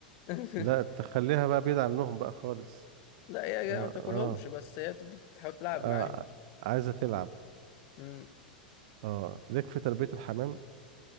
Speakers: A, on the left; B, on the right.
A: <laughs>
B: لا تخليها بقى بعيد عنهم بقى خالص
A: لا يا جماعه
B: اه
A: ما بتاكلهمش
B: اه,
A: بس هي بتبدأ تحاول تلعب
B: آه.
A: معاهم
B: عايزة تلعب
A: مم.
B: اه ليك في تربية الحمام